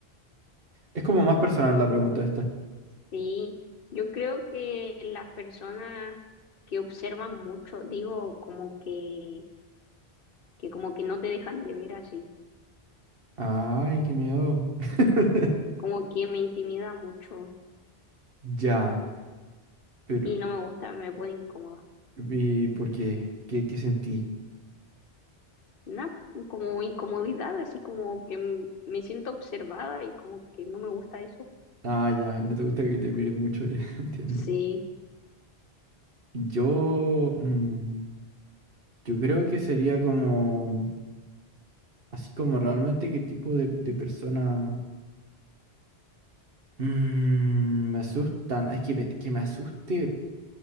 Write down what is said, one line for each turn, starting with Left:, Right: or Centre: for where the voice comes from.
Right: Es como más personal la pregunta esta.
Left: sí, yo creo que las personas que observan mucho, digo, como que, que como que no te dejan de ver así,
Right: Ay, qué miedo. <laughs>
Left: como que me intimida mucho
Right: Ya, pero
Left: y no me gusta, me pone incómoda.
Right: ¿y por qué? ¿Qué, qué sentí?
Left: Una como incomodidad, así como que m- me siento observada y como que no me gusta eso.
Right: Ah, ya, no te gusta que te miren mucho, <laughs> ya entiendo.
Left: Sí,
Right: Yo, mm, yo creo que sería como, así como realmente qué tipo de, de persona mm, me asustan. Ah, Es que me, que me asuste,